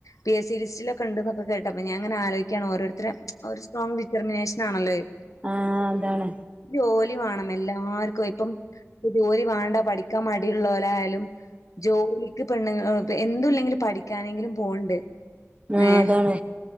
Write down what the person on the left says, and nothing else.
പി എസ് സി ലിസ്റ്റിലൊക്കെ ഉണ്ടെന്നൊക്കെ കേട്ട് അപ്പൊ ഞാൻ ഇങ്ങനെ ആലോചിക്കയ ഓരോരുതരെ ഒരു സ്ട്രോങ് ഡിറ്റർമിനേഷൻ ആണല്ലോ ത്.
ജോലി വേണം എല്ലാർക്കും ഇപ്പം ജോലി വേണ്ട പഠിക്കാൻ മടിയുലോലയാലും ജോലിക്ക് പെണ്ണുങ്ങൾ എന്തുയില്ലെങ്കിലും പഠിക്കാനെങ്കിലും പോണ്ട്
ഏഹ്